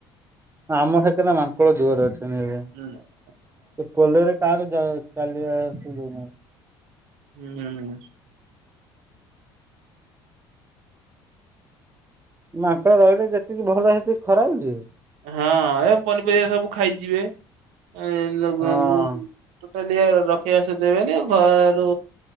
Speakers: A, on the right; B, on the right.
A: ଆମ ସେ କରେ ମାଙ୍କଳ ଜୋରେ ଅଛନ୍ତି ଏବେ।
B: ହୁଁ।
A: ତ ପୋଲରେ କାହାକୁ ଚାଲି ଆସ ଦୋଉନାହାନ୍ତି।
B: ହୁଁ ହୁଁ ହୁଁ।
A: ମାଙ୍କଡ଼ ରହିଲେ ଯେତିକି ଭଲ ସେତିକି ଖରାପ ଯେ।
B: ହଁ ଏ ପନିପରିବା ସବୁ ଖାଇଯିବେ <unintelligible>
A: ହଁ।
B: ଟୋଟାଲି ରଖିବାସ ଦେବେନି, ଘରୁ